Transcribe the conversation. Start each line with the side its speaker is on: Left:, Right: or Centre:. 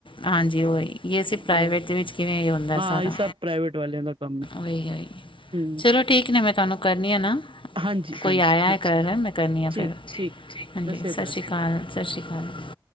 Left: ਹਾਂਜੀ। ਉਹੀ, ਅਸੀ ਪ੍ਰਾਈਵੇਟ
Right: ਬ
Left: ਦੇ ਵਿੱਚ ਕਿਵੇਂ ਹੁੰਦਾ
Right: ਹਾਂ
Left: ਸਾਰਾ।
Right: ਇਹ ਸਭ ਪ੍ਰਾਈਵੇਟ ਵਾਲਿਆਂ ਦਾ ਕੰਮ ਹੈ
Left: ਵਹੀ- ਵਹੀ
Right: ਹਮ
Left: ਚਲੋ ਠੀਕ ਨੇ। ਮੈਂ ਤੁਹਾਨੂੰ ਕਰਨੀ ਹ ਨਾ।
Right: ਹਾਂਜੀ
Left: ਕੋਈ
Right: ਹਾਂਜੀ
Left: ਆਇਆ ਹੈ
Right: ਹਾਂ
Left: ਘਰ, ਮੈਂ ਕਰਨੀ ਹਾਂ ਫਿਰ।
Right: ਠੀਕ ਠੀਕ
Left: ਹਾਂਜੀ,
Right: ਸ੍ਰੀ
Left: ਸਤਿ ਸ਼੍ਰੀ
Right: ਜੀ
Left: ਅਕਾਲ। ਸਤਿ ਸ਼੍ਰੀ ਅਕਾਲ।